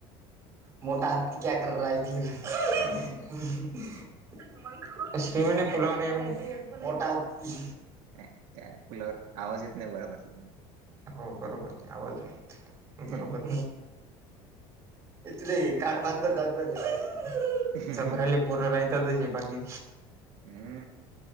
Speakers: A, on the right; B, on the right.
A: मोटा हत्ती क्या कर रहाय <unintelligible> <unintelligible> मोटा हत्ती
B: अ काय पुलावर आवाज येत नाही बरोबर तिथला
A: हो बरोबर नाही आवाज नाही येत
B: हम्म
A: बरोबर इथले कान बांधर दाखवा <unintelligible>
B: हम्म
A: चभराले पोर राहताते बाकी
B: हम